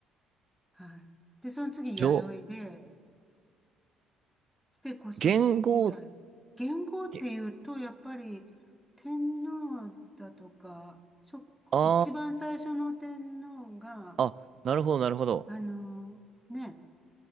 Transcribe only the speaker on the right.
縄、
元号っ
て、
あ
ー、あ、なるほどなるほど。